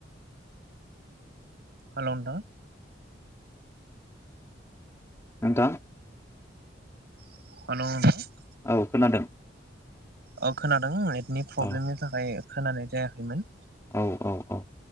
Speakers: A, on the right; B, on the left.
A: हागौ नोंथां
B: नोंथां
A: हाल'
B: औ खोनादों
A: औ खोनादों आय नि प्रब्लेमनि
B: औ
A: थाखाय खोनानाय जायाखैमोन
B: औ औ औ